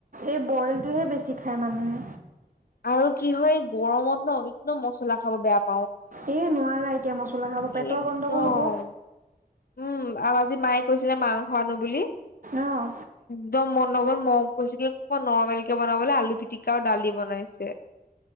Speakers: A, on the right; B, on the left.
A: এই বইল টোহে বেছি খায় মানুহে
B: আৰু কি হয় গৰমত ন একদম মছলা খাব বেয়া প
A: এ নোৱাৰা না এতিয়া মচলা খাব পেটৰ
B: একদম
A: গণ্ডগোল হ'ব
B: উম আৰু আজি মায়ে কৈছিলে মাংসোৱানো বুলি
A: আহ
B: একদম মন ন গ'ল ম কৈছ কিমান নৰ্মেল কে বনাবলে আলু পিটিকা আৰু দালি বনাইছে